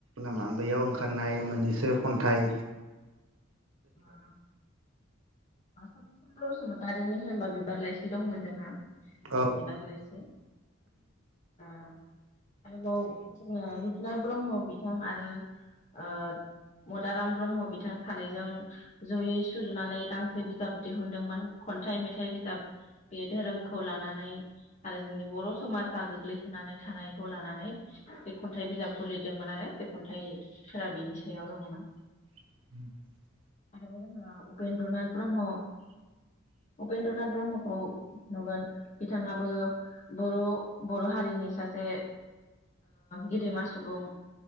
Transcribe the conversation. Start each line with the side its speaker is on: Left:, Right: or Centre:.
Right: नामा बैयाव ओंखारनाय मोननैसो खन्थाइ
Left: म स सम <unintelligible> बारिनि होनबा बिबार लाइसि दंमोन जोंहा
Right: औ
Left: बिबार लाइस ओ आरोबाव जोंना रुपनाथ ब्रह्म बिथां आरो मदाराम ब्रह्म बिथां सानैजों जयै सुजुनानै गांसे बिजाब दिहुनदोंमोन खन्थाइ मेथाइ बिजाब बे धोरोमखौ लानानै आरो जोंनि बर' समाजा गोग्लैसोनानै थानायखौ लानानै बे खन्थाइ बिजाबखौ लिरदोंमोन आरो बे खन्थाइफोरा बेनि सायाव दङमोन
Right: उ <inaudible>
Left: आ <unintelligible> उपेन्द्रनाथ ब्रह्म उपेन्द्रनाथ ब्रह्म खौ नुगोन बिथाङाबो बर' बर' हारिनि सासे गेदेमा सुबुं